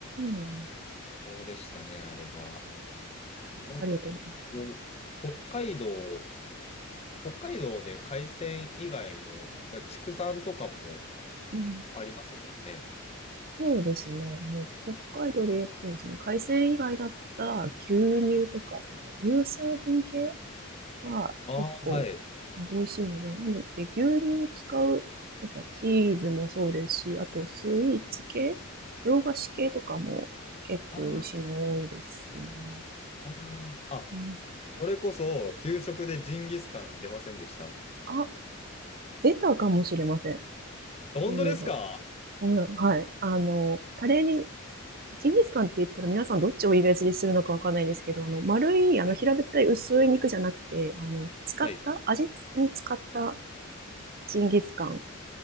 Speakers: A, on the right; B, on the left.
A: なんです
B: そうでしたね、あれは。
A: か。
B: なんか、
A: ありがとうございます。
B: こう、北海道、北海道で海鮮以外も、だから畜産とかも
A: うん。
B: ありますもんね。
A: そうですね。もう北海道でやっぱそうですね。海鮮以外だったら牛乳とかその乳製品系が結構
B: ああ、はい。
A: あ美味しいので、なので牛乳を使う、なんですか、チーズもそうですし、あとスイーツ系、洋菓子系とかも結構美味しいの多いですね。
B: ああ、ああ。あ、
A: うん、
B: それこそ、給食でジンギスカン出ませんでした。
A: あ、出たかもしれません。
B: 本当ですか
A: そういえば。ほらはい。あの、タレにジンギスカンって言ったら皆さんどっちをイメージするのかわかんないですけど、あの、丸い、あの、
B: はい。
A: 平べったい薄い肉じゃなくて、あの、使った、
B: はい。
A: 味に使ったジンギスカンっ